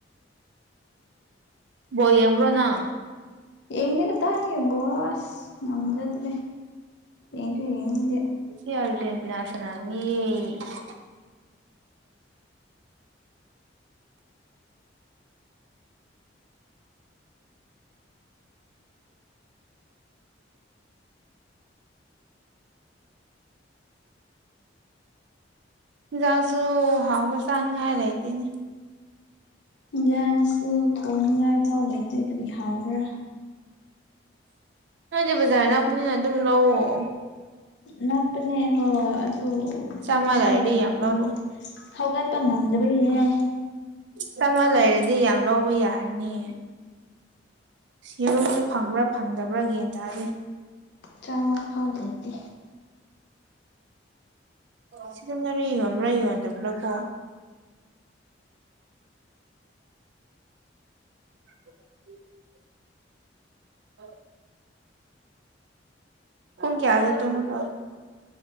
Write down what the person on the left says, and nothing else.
ꯌꯦꯡꯗꯦꯒ ꯇꯅꯤ ꯣꯔꯋꯥꯁ ꯅꯝꯖꯗꯦ ꯌꯦꯁꯨ ꯌꯦꯡꯅꯤꯉ <unintelligible>
ꯏꯟꯁꯥꯡꯁꯨ ꯊꯣꯡꯅꯤꯡꯉꯥꯏ ꯐꯥꯎ ꯂꯩꯇꯔ꯭ꯗꯤ ꯍꯥꯎꯕ꯭ꯔꯥ
ꯅꯛꯄꯥꯅꯦ ꯍꯣꯏ ꯑꯗꯨ
ꯄꯩꯁꯥ
ꯂꯩꯇꯗꯤ
ꯍꯧꯒꯠꯄ ꯉꯝꯗꯕꯒꯤꯅꯦ
ꯆꯥꯃꯥ ꯐꯥꯎ ꯂꯩꯇꯦ